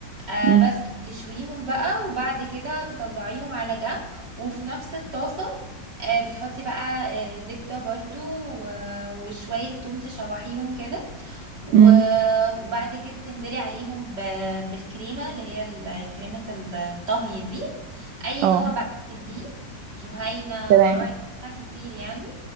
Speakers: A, on the right; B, on the right.
A: آه
B: امم
A: بس تشويهم بقى وبعد كده تطلعيهم على جنب وفي نفس الطاسة آه بتحطي بقى آه زبدة برضو و- وشوية توم تشوحيهم كده و-
B: امم
A: وبعد كده تنزلي عليهم ب- بالكريمة اللي هي ال- كريمة الطهي دي أي
B: اه
A: نوع بقى تحبيه جهينة
B: تمام
A: مراعي أنواع كتير يعني